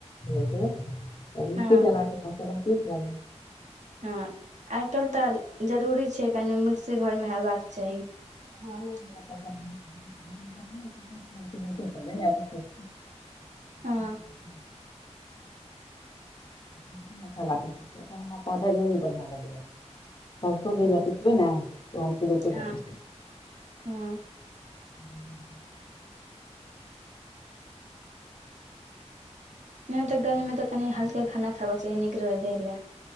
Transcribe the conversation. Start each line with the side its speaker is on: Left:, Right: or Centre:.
Left: घ त मिक्सी
Right: हँ
Left: चलाक मसाला पिसब
Right: हँ आइ काल्ह तऽ जरूरी छै कनि मिक्सी घरमे हेबाक चाही हँ नहि
Left: य छै <unintelligible> <inaudible>
Right: हँ
Left: ल पमे भ बढ़िआ लग जाय <unintelligible> सरसो जे
Right: हँ
Left: हम पिसबै ने तऽ हम सिलौटे
Right: हँ
Left: पर पिस लै छी
Right: हँ
Left: <inaudible> <inaudible>
Right: नहि तऽ गर्मीमे तऽ कनि हल्का खाना खेबाक चाही नीक रहै देह लए